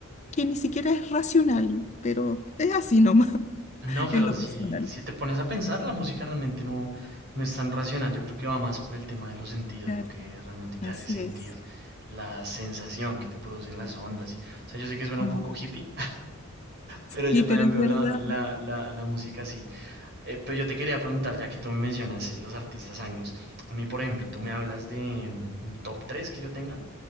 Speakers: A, on the left (about 30°); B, on the right (about 50°).
A: que ni siquiera es racional, pero es así nomás,
B: No,
A: <laughs>
B: pero
A: en lo
B: si,
A: personal.
B: si te pones a pensar, la música realmente no, no es tan racional. Yo creo que va más por el tema de los sentidos,
A: Claro,
B: lo que realmente te
A: así
B: hace sentir,
A: es.
B: la sensación que te producen las ondas. y- O sea, yo sé que suena un
A: Mm.
B: poco hippie, Pero yo
A: Y
B: también
A: pero es
B: veo
A: verdad.
B: la, la, la, la música así. Eh, pero yo te quería preguntar, ya que tú me mencionas eh, los artistas anglos, a mí, por ejemplo, tú me hablas de mm, un top 3 que yo tenga,